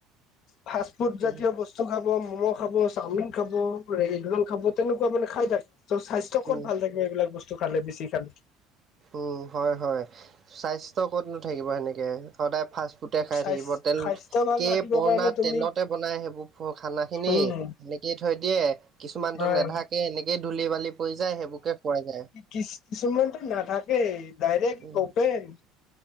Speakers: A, on the left; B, on the right.
A: ফাষ্ট ফুড
B: উম
A: জাতীয় বস্তু টো খাব, ম'ম খাব, চাওমিন খাব, ৰে ৰং খাব তেনেকুৱা মানে খাই থাকে। ত স্বাস্থ্য ষ্টকত
B: উম
A: ভাল থাকে এইবিলাক বস্তু খালে বেছি খালে
B: উ হয় হয় স্বাস্থ্য ক'তনো থাকিব সেনেকে সদায় ফাষ্ট ফুটে খাই
A: স্বাস্থ্য
B: থাকিব তেন
A: ভাল
B: কে
A: ৰাখিবৰ
B: পুৰণা
A: কাৰণে তুমি
B: তেলতে বনাই সেইবোৰ খানা খিনি
A: উম
B: কে থৈ দিয়ে কিছুমানতো
A: হয়
B: নেধাকে এনেকেই ধূলি বালি পৰি যায় সেইবোৰকে খুৱাই যায়
A: কিছ কিছুমানতো নাথাকেই ডাইৰেক্ট
B: উম
A: অপেন